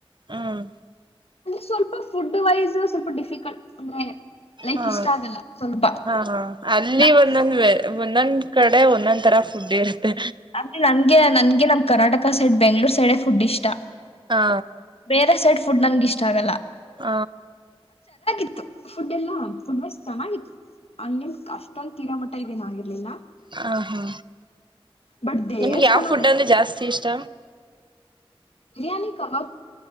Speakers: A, on the right; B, on the left.
A: ಹ್ಮ್
B: ಸ್ವಲ್ಪ ಫುಡ್ ವೈಸ್ ಸ್ವಲ್ಪ ಡಿಫಿಕಲ್ಟ್ ಲೈಕ್
A: ಹಾ
B: ಇಷ್ಟ ಆಗಲ್ಲ ಸ್ವಲ್ಪ
A: ಹಾ ಹ ಅಲ್ಲಿ
B: ನಮ್ದು
A: ಒಂದೊಂದ ಬೇರೆ ಒಂದೊಂದ್ ಕಡೆ ಒಂದೊಂದ್ ತರ ಫುಡ್ ಇರುತ್ತೆ
B: ಅೆ ನನ್ಗೆ ನನ್ಗೆ ನಮ್ Karnataka side Bengaluru side food ಇಷ್ಟ
A: ಹಾ
B: ಬೇರೆ ಸೈಡ್ ಫುಡ್ ನನಗೆ ಇಷ್ಟ ಆಗಲ್ಲ
A: ಹ
B: ಇತ್ತು ಫುಡ್ ಎಲ್ಲಾ ಫುಡ್ ವಸ್ ಚೆನ್ನಾಗಿತ್ತು ಹಂಗೆನ್ ಅಷ್ಟೊಂದ ತೀರಾ ಮಟ್ಟ ಇದೇನ ಆಗಿರ್ಲಿಲ್ಲ
A: ಹ ಹಾ
B: ಬಟ್ ದೇವಸ್ಥಾನಕ್
A: ನಿಮ್ಗೆ ಯಾವ ಫುಡ್ ಅಂದ್ರೆ ಜಾಸ್ತಿ ಇಷ್ಟ
B: ಬಿರಿಯಾನಿ ಕಬಾಬ್